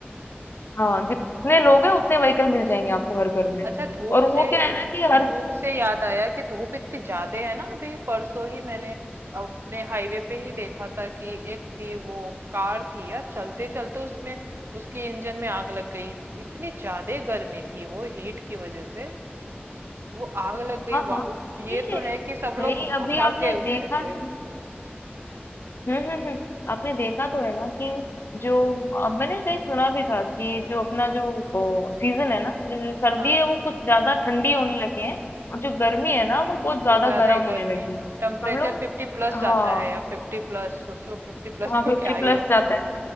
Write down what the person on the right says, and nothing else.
अच्छा धूप
से
धूप से याद आया कि धूप इतनी ज्यादा है ना अभी परसों ही मैंने अपने हाईवे पे ही देखा था कि एक थी वो कार थी यार चलते चलते उसमें उसके इंजन में आग लग गई इतनी ज्यादा गर्मी थी वो हीट की वजह से वो आग लग गई
वहाँ
ये
तो है कि सब
लोग भ-
भाग
गए उसमें
से
हाँ
कुछ ज्यादा
ही गर्मी
टेम्परेचर
फिफ्टी प्लस जाता
है या फिफ्टी प्लस सोचो फिफ्टी प्लस
तो
क्या ही
हो